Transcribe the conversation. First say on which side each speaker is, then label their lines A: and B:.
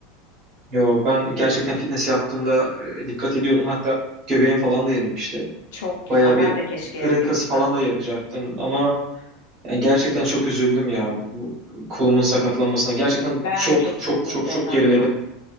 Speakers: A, on the right (about 25°); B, on the left (about 75°).
A: Yo ben gerçekten fitness yaptığımda e, dikkat ediyordum. Hatta göbeğim falan da erimişti.
B: Çok güzel.
A: Bayağı
B: Ben
A: bir
B: de keşke
A: karın
B: eritebilsem.
A: kası falan da yapacaktım ama Yani gerçekten çok üzüldüm ya bu kolumun sakatlanmasına. Gerçekten
B: Ben
A: çok
B: de çok
A: çok
B: üzüldüm
A: çok
B: senin
A: çok
B: adına.
A: geriledim.